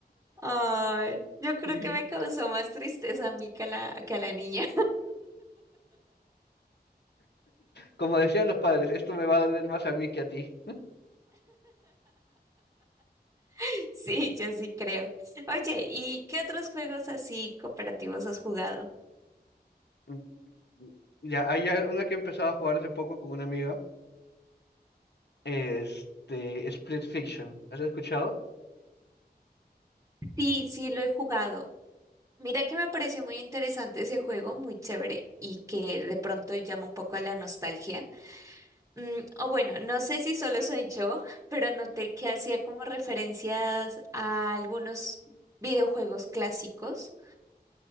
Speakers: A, on the right (about 20°); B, on the left (about 90°).
A: Ay, yo creo
B: Sí.
A: que me causó más tristeza a mí que a la, que a la niña.
B: Como decían los padres, esto me va a doler más a mí que a ti.
A: <laughs> Sí, yo sí creo. Oye, ¿y qué otros juegos así cooperativos has jugado?
B: Mm, Ya, hay a- una que he empezado a jugar hace poco con una amiga, este, Split Fiction. ¿Has escuchado?
A: Sí, sí, lo he jugado. Mira que me pareció muy interesante ese juego, muy chévere y que de pronto llama un poco a la nostalgia. Mm, o bueno, no sé si solo soy yo, <laughs> pero noté que hacía como referencias a algunos videojuegos clásicos.